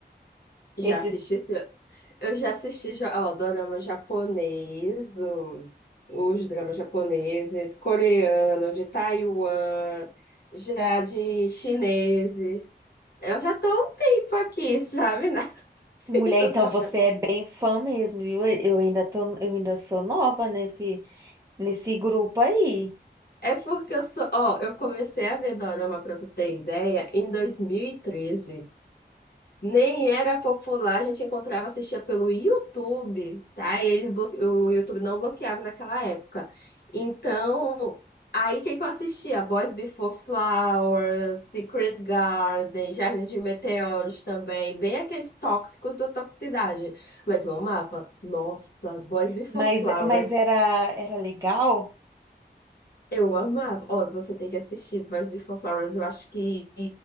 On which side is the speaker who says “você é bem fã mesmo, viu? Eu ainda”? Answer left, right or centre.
Right